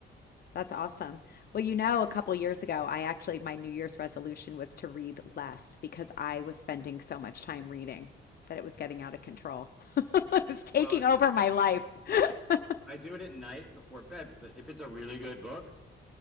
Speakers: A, on the left; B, in the centre.
A: That's
B: So,
A: awesome. Well, you know, a couple years ago, I actually, my New Year's resolution was to read less because I was spending so much time reading that it was getting out of control. <laughs> It was taking
B: well,
A: over my life. <laughs>
B: I do it at night before bed. But if it's a really good book,